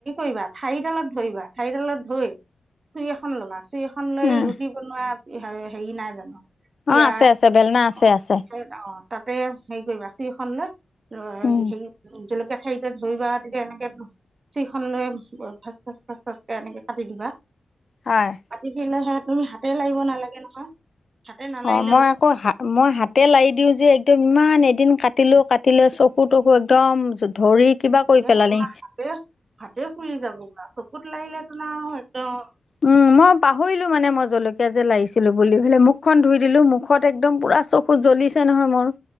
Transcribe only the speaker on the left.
উম,
অ আছে আছে বেলনা আছে
আছে।
উম
হয়
অ মই আকৌ হা মই হাতে লাৰি দিওঁ যে একদম ইমান এদিন কাটি কাটিলো কাটিলে চকু তকু একদম ধৰি কিবা কৰি
পেলালি
উম মই পাহৰিলো মানে মই জলকীয়া যে লাগিছিলো বুলি ফেলে মুখখন ধুই দিলো মুখত একদম পুৰা চকুত জ্বলিছে নহয় মোৰ